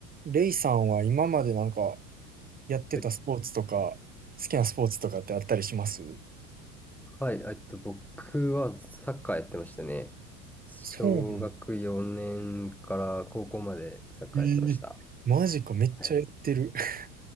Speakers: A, on the right; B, in the centre.
A: レイさんは今までなんかやってたスポーツとか、
B: はい、
A: 好きなスポーツとかってあったりします
B: はいえっと、僕はサッカーやってましたね。小学4年から高校までサッカーやってました。
A: そうね。えー、マジか、めっちゃやってる。
B: はい。
A: <laughs>